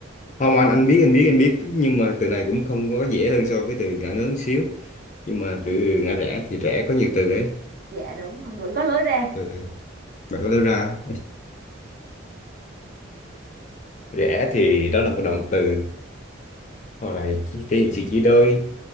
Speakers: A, on the left (about 35°); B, on the right (about 45°).
A: không anh anh biết anh biết anh biết nhưng mà từ này cũng không có dễ hơn so với từ ngã ngớn xíu nhưng mà từ ngã rẽ thì rẽ có nhiều từ ấy
B: Dạ đúng rồi, vẫn có lối ra.
A: ừ. bạn có đưa ra rẽ thì đó là một động từ hoặc là chỉ thể hiện sự đôi